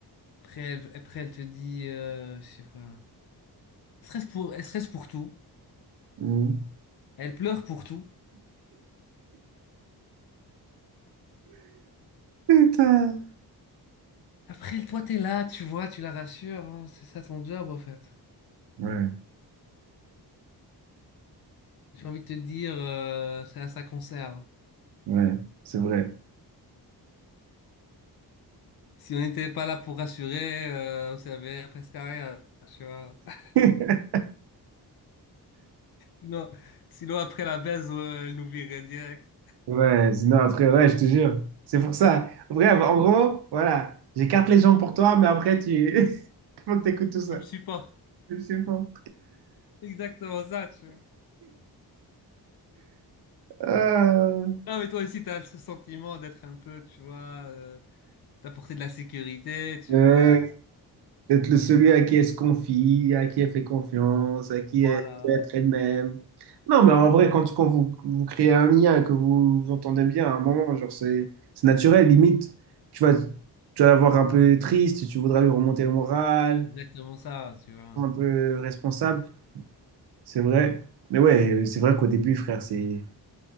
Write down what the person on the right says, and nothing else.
Mhm.
Putain.
Ouais,
ouais, c'est vrai.
<laughs>
Ouais, sinon après, ouais, je te jure. C'est pour ça. Bref, en gros, voilà. J'écarte les gens pour toi, mais après, tu... <laughs> Faut que t'écoutes tout ça.
Je sais pas.
Ah.
Euh,
D'être le- celui à qui elle se confie, à qui elle fait confiance, à qui
elle peut être elle-même. Non, mais en vrai, quand, tu- quand vous, vous créez un lien, que vous vous entendez bien à un moment, genre c'est c'est naturel. Limite, tu vas, tu vas la voir un peu triste, tu voudras lui remonter le moral,
un peu responsable. C'est vrai. Mais ouais, c'est vrai qu'au début, frère, c'est